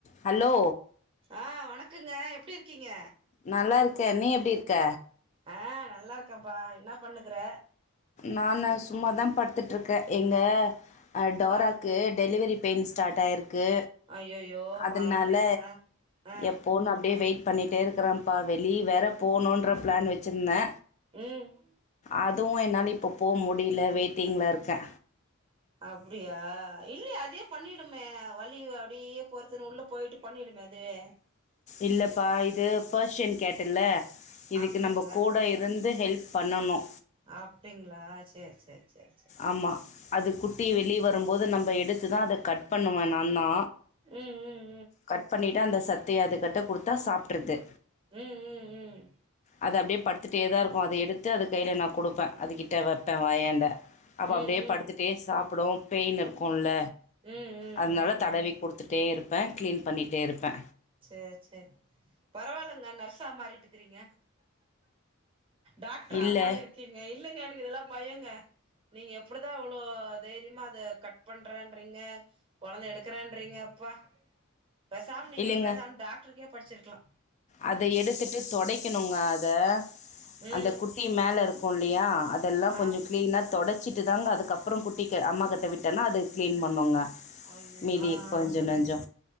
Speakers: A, on the left; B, on the right.
A: Hello
B: ஆ வணக்கங்க எப்படி இருக்கீங்க
A: நல்லா இருக்க நீ எப்படி இருக்க
B: ஆ நல்லாயிருக்கேன்ப்பா என்ன பண்ணு இருக்குற
A: நானு சும்மா தா படுத்துட்டுருக்கேன் எங்க டோராக்கு
B: ஆ
A: டெலிவரி பெயின் ஸ்டார்ட் ஆயிருக்கு
B: ஐயையோ
A: அதனால
B: பாவமே ஆ ஆ
A: எப்போன் அப்படியே வெயிட் பண்ணிகிட்டே இருக்கிறோன்ப்பா வெளிய வேற போணுன்ற பிளான் வச்சுருந்தே
B: உம்
A: அதுவும் என்னால இப்ப போக முடியல வெயிட்டிங்ல இருக்க
B: அப்படியா இல்லைய அதே பண்ணிடுமே வலி அப்படியே போறதுன்னு உள்ள போயிட்டு பண்ணிடுமே அதுவே
A: இல்ல பா இது பார்சன் கே ட் இல்ல இதுக்கு
B: அப்டிங்களா
A: நம்ம கூட இருந்து ஹெல்ப் பண்ணணு
B: அப்படிங்களா சரி சரி சரி சரி
A: ஆமா அது குட்டி வெளியே வரும்போது நம்ம எடுத்து தா அத கட் பண்ணுவே நா தா
B: ம் ம்
A: கட் பண்ணிட்டா அந்த சத்தையை அது கிட்ட கொடுத்தா சாப்பிடறது
B: உம் உம் உம்
A: அது அப்படியே படுத்துட்டே தா இருக்கு அத எடுத்து அது கையில் நா கொடுப்பே அதுக்கிட்ட வைப்பே வயாண்ட அப்ப
B: ம் ம்
A: அப்படியே படுத்துட்டே சாப்பிடும் பெயின் இருக்கும்ல
B: ம் ம்
A: அதுனால
B: ம் ம்
A: தடவி குடுத்துட்டே இருப்பே க்ளீன் பண்ணிட்டே இருப்பே
B: சேர் சேர் பரவால்லங்க நர்சா மாறீட்டுக்குறீங்க டாக்ட்ரா
A: இல்லை
B: மாறி இருக்கீங்க இல்லங்க எனக்கு இதெல்லா பயோங்க நீங்க எப்டிதா இவ்வளோ தைரியமா அத கட் பண்றேன்றீங்க கொழந்த எடுக்குறேன்றீங்க அப்பா பேசாம் நீங்க
A: இல்லைங்க
B: பேசாம டாக்டருக்கே படிச்சிருக்லா
A: அத எடுத்துட்டு தொடைக்கணுங்க அத
B: ம்
A: அந்த குட் டி மேல இருக்கு இல்லையா அதெல்லா
B: ஆ
A: கொஞ்சோ க்ளீனா தொடச்சிட் டு தாங்க அதுக்கப்றோ குட்டிக்கு அம்மாகிட்ட விட்டனா அது க்ளீன் பண்ணுங்க
B: அய்யய்யோ
A: மீதி
B: ஆ ஆ
A: கொஞ்ச
B: சொல்லுங்க
A: நஞ்சோ